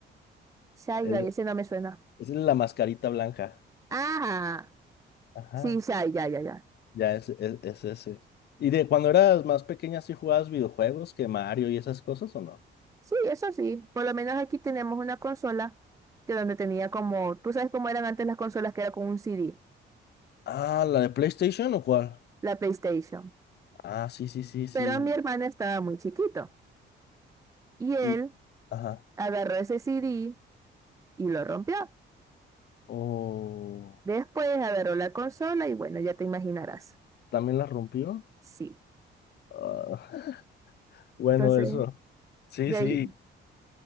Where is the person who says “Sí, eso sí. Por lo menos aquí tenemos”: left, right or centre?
Right